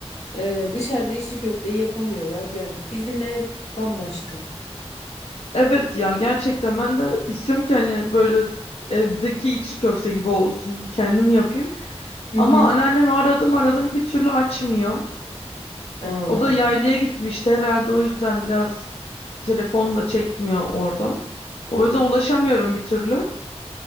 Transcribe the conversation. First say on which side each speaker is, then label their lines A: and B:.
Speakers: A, on the left; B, on the left.
A: Ee, dışarıda içli köfteyi yapamıyorlar. Yani bizim ev bambaşka.
B: Evet ya gerçekten ben de istiyorum ki hani böyle evdeki içli köfte gibi olsun kendim yapayım.
A: Hı hı.
B: Ama anneannemi aradım aradım bir türlü açmıyor.
A: Aa,
B: O da yaylaya gitmişti herhalde o yüzden biraz Telefon da çekmiyor orada. O yüzden ulaşamıyorum bir türlü.